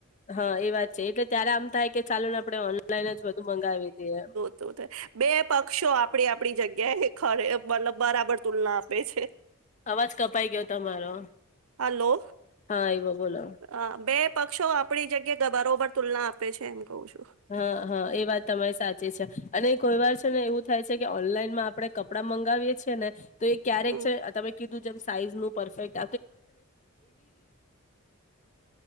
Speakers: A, on the left; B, on the right.
A: હા, એ વાત છે, એટલે ત્યારે આમ થાય કે ચાલો ને આપણે ઓનલાઈન જ બધુ મંગાવી દીએ
B: તો બે પક્ષો આપણી આપણી જગ્યાએ ખરે મતલબ બરાબર તુલના આપે છે,
A: અવાજ કપાઈ ગયો તમારો,
B: હલો
A: હા એવો બોલો
B: અ, બે પક્ષો આપડી જગ્યા બરોબર તુલના આપે છે, એમ કવું છુ
A: હા હા એ વાત તમારી સાચી અને કોઈ વાર છે ને એવું થાય છે, કે ઓનલાઈનમાં આપડણે કપડાં મંગાવીએ છી ને તો એ ક્યારેક
B: હમ
A: છે, તમે કીધું જેમ સાઈઝ નું પરફેક્ટ